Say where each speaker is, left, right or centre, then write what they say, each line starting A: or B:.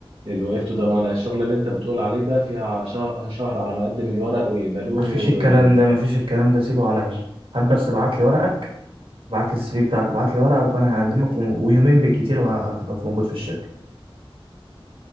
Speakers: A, on the right; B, on the right.
A: اللي وقفته ده ما أنا الشغل اللي أنت بتقول عليه ده فيها شهر, شهر على ما أقدم الورق ويقبلوني
B: مفيش
A: وال...
B: الكلام ده مفيش الكلام ده سيبه عليا هات بس ابعت لي ورقك ابعت لي السي في بتاعك وابعت لي ورقك وانا هقدمك و... ويومين بالكتير وهتبقى في- موجود في الشركه